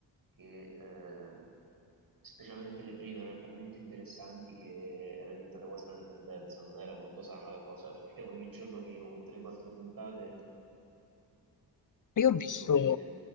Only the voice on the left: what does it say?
Io
ho visto